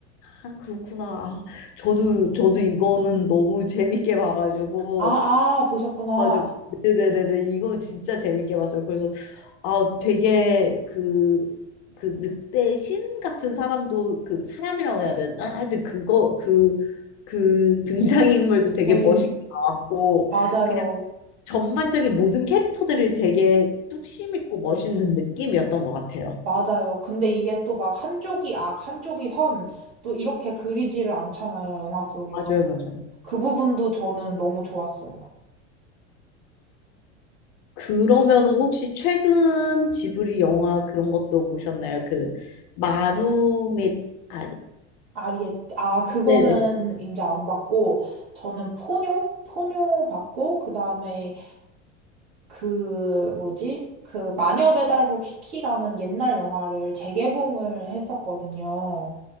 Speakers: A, on the left; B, on the right.
A: 아, 그렇구나. 아, 저도, 저도 이거는 너무 재밌게 봐가지고.
B: 아, 아, 보셨구나.
A: 맞아. 네네네네. 이거 진짜 재밌게 봤어요. 그래서, 아, 되게 그, 그 늑대 신 같은 사람도 그 사람이라고 해야 되나? 하여튼 그거, 그, 그 등장인물도 되게
B: 네,
A: 멋있게 나왔고,
B: 맞아요.
A: 그냥 전반적인 모든 캐릭터들이 되게 뚝심 있고 멋있는 느낌이었던 것 같아요.
B: 맞아요. 근데 이게 또 막 한쪽이 악, 한쪽이 선, 또 이렇게 그리지를 않잖아요, 영화 속에서.
A: 맞아요, 맞아요.
B: 그 부분도 저는 너무 좋았어요.
A: 그러면은 혹시 최근 지브리 영화 그런 것도 보셨나요? 그 마루 및 아,
B: 아리에, 아, 그거는
A: 네네.
B: 이제 안 받고, 저는 포뇨? 포뇨 받고, 그 다음에 그, 뭐지? 그 마녀배달부 키키라는 옛날 영화를 재개봉을 했었거든요.